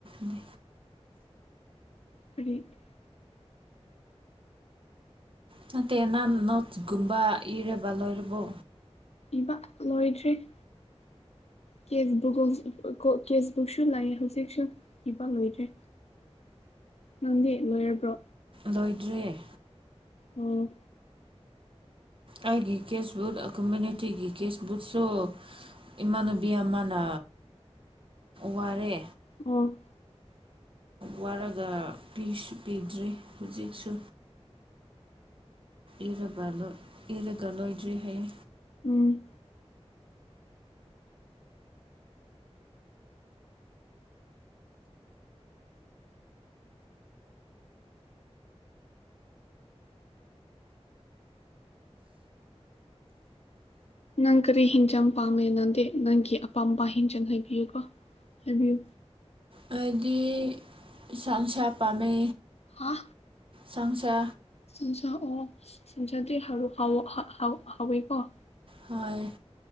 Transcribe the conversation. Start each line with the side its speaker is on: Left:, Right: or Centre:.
Right: ꯅꯤ
Left: <unintelligible>
Right: ꯅꯠꯇꯦ ꯅ ꯅꯣꯠꯁꯀꯨꯝꯕ ꯏꯔꯕꯥ ꯂꯣꯏꯔꯕꯣ
Left: ꯏꯕ ꯂꯣꯏꯗ꯭ꯔꯔꯤ ꯀꯦꯕꯒꯨꯝꯀ ꯀꯦꯁꯕꯨꯛꯁꯨ ꯂꯩ ꯍꯧꯖꯤꯛꯁꯨ ꯏꯕ ꯂꯣꯏꯗ꯭ꯔꯦ ꯅꯪꯗꯤ ꯂꯣꯏꯔꯕ꯭ꯔꯣ
Right: ꯂꯣꯏꯗ꯭ꯔꯦ
Left: ꯎꯝ
Right: ꯑꯩꯒꯤ ꯀꯦꯁꯕꯨꯠ ꯀꯝꯃꯨꯅꯤꯇꯤꯒꯤ ꯀꯦꯁꯕꯨꯛꯁꯨ ꯏꯃꯥꯟꯅꯕꯤ ꯑꯃꯥꯅ ꯋꯥꯔꯦ
Left: ꯑꯣ
Right: ꯋꯥꯔꯒ ꯄꯤꯁꯨ ꯄꯤꯗ꯭ꯔꯤ ꯍꯧꯖꯤꯛꯁꯨ ꯏꯔꯕ꯭ꯔꯂꯣ ꯏꯔꯒꯂꯣ ꯏꯗ꯭ꯔꯤ ꯍꯌꯦ
Left: ꯎꯝ ꯅꯪ ꯀꯔꯤ ꯍꯤꯟꯖꯝ ꯄꯥꯝꯃꯦ ꯅꯪꯗꯦ ꯅꯪꯒꯤ ꯑꯄꯥꯝꯕꯄꯥ ꯍꯤꯡꯖꯝ ꯍꯥꯏꯕꯤꯌꯨꯀꯣ ꯍꯥꯏꯕꯤꯌꯨ
Right: ꯍꯥꯏꯗꯤ ꯆꯥꯡꯁꯥ ꯄꯥꯝꯃꯦ
Left: ꯍꯥ
Right: ꯁꯥꯡꯁꯥ
Left: ꯁꯟꯁꯥ ꯑꯣꯛ ꯁꯟꯁꯥꯗꯦꯔ ꯍꯥꯥꯑꯣ ꯍꯥ ꯍꯥꯥꯑꯣ ꯍꯥꯎꯋꯦꯀꯣ
Right: ꯍꯣꯏ